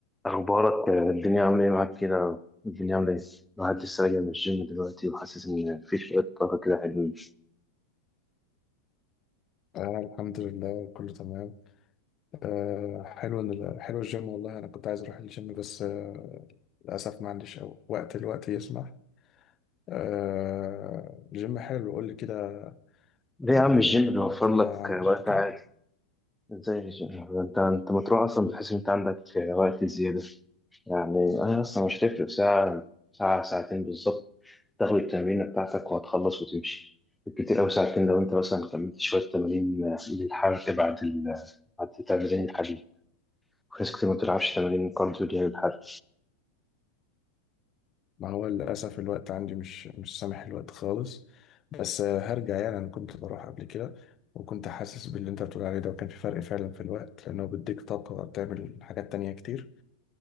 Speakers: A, in the centre; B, on the left.
A: أخبارك الدنيا عاملة إيه معاك كده؟ الدنيا عاملة إيه؟ الواحد لسه راجع من الجيم دلوقتي وحاسس إن في شوية طاقة كده حلوين.
B: آه الحمد لله كله تمام آه حلو إن ال- حلو الجيم والله أنا كنت عايز أروح الجيم بس آه للأسف ما عنديش أو وقت الوقت يسمح آه الجيم حلو قول لي كده
A: ليه
B: آه
A: يا عم الجيم بيوفر
B: الدنيا
A: لك
B: عاملة
A: وقت
B: كام
A: عادي؟ إزاي الجيم؟ أنت أنت ما تروح أصلا بتحس إن أنت عندك وقت زيادة. يعني أنا أصلا مش هتفرق ساعة ساعة ساعتين بالظبط تاخد التمرينة بتاعتك وهتخلص وتمشي. بالكتير أوي ساعتين لو أنت مثلا كملت شوية تمارين للحرق بعد ال بعد تمارين الحديد. في ناس كتير ما بتلعبش تمارين كارديو دي للحرق.
B: ما هو للأسف الوقت عندي مش مش سامح الوقت خالص بس آه هرجع يعني أنا كنت بروح قبل كده وكنت حاسس باللي أنت بتقول عليه ده وكان في فرق فعلا في الوقت لأنه بيديك طاقة تعمل حاجات تانية كتير